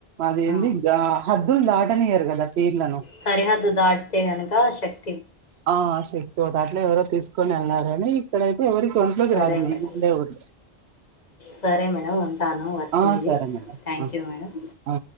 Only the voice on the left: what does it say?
ఆ
సరిహద్దు దడ్తే గనకా శక్
సరే
మేడం సరే మేడం ఉంటాను వర్క్
ఉంది
థ్యాంక్
యూ మేడం